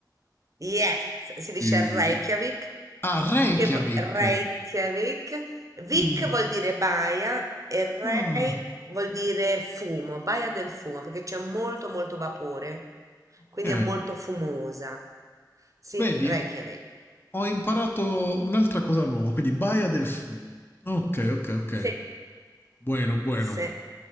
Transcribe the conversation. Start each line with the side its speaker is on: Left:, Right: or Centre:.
Right: Yes, si dice
Left: Eh,
Right: Reykjavik,
Left: Ah, Reykjavik.
Right: che v- Reykjavik, Vik
Left: Mm,
Right: vuol dire baia e Rey
Left: ah,
Right: vuol dire fumo, baia del fumo, perché c'è molto molto vapore,
Left: ok,
Right: quindi è molto fumosa. Sì,
Left: vedi?
Right: Reykjavik.
Left: Ho imparato un'altra cosa nuova, quindi Baia del Fumo. Ok, ok, ok.
Right: Sì,
Left: Buono, buono.
Right: sì.